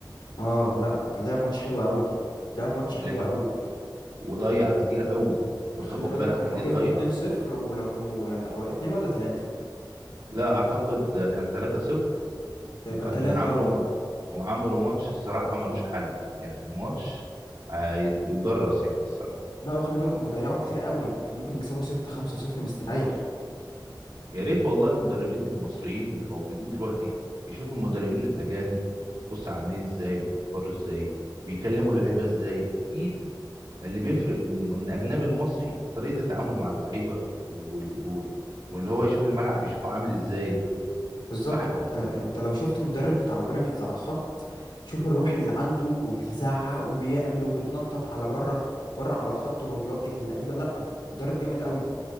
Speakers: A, on the left; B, on the right.
A: اه لا كان لعب ماتش حلو قوي لعب ماتش حلو
B: لعب
A: قوي
B: وضيع كتير قوي يعني لو
A: خلي
B: تاخد
A: بالك
B: بالك
A: هم
B: هتلاقيه
A: كسبوا
B: ضيع
A: 2-0 ولو كانوا يعني و- اتنين ولا تلاتة
B: لا اعتقد كان 3-0
A: فيبقى
B: وكان
A: تلاتة
B: عملوا
A: اه
B: ما... وعملوا ماتش الصراحه ملوش حل يعني ماتش آه، يد- يدرس يعني الصراحه
A: لا وخلي بالك هم ضيعوا كتير قوي يعني كانوا ممكن يكسبوا 6-5-0 مستريح
B: يا ريت والله المدربين المصريين اللي موجودين دلوقتي يشوفوا المدربين الاجانب بص عاملين ازاي بيفكروا ازاي بيكلموا اللعيبه ازاي اكيد اللي بيفرق من اجنبي المصري طريقه التعامل مع اللعيبه وال- و- واللي هو يشوف الملعب يشوفه عامل ازاي الملعب
A: بالظبط
B: صح
A: انت
B: ولا لا
A: انت لو شفت مدرب بتاع بيراميدز على الخط شوف الروح اللي عنده وبيزعق وبيعمل وبيتنطط على بره بره على الخط وهو بيوجه اللعيبة لا مدرب جامد قوي